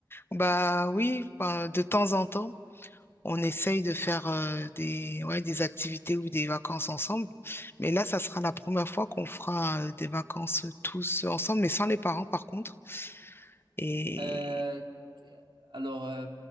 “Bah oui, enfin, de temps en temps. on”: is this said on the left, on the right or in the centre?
Left